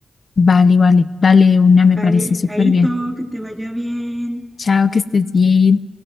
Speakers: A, on the left; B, on the right.
A: Vale, vale. Dale de una, me
B: Vale,
A: parece súper
B: chaito,
A: bien.
B: que te vaya bien.
A: Chao, que estés bien.